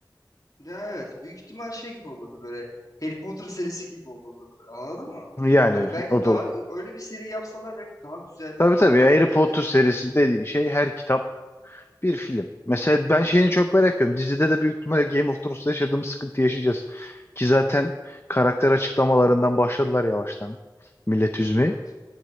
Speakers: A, on the left; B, on the left.
A: ya evet büyük ihtimal şey gibi olurdu böyle Harry Potter serisi gibi olurdu böyle anladın mı?
B: Yani
A: Hani belki
B: o
A: daha
B: da
A: öyle bir seri yapsalar belki daha güzel
B: Tabii
A: bir hal
B: tabii ya
A: alabilirdi.
B: Harry Potter serisi dediğin şey her kitap bir film. Mesela ben şeyini çok merak ediyorum. Dizide de büyük ihtimalle Game of Thrones'ta yaşadığımız sıkıntı yaşayacağız. Ki zaten karakter açıklamalarından başladılar yavaştan millet üzmeye.
A: Evet.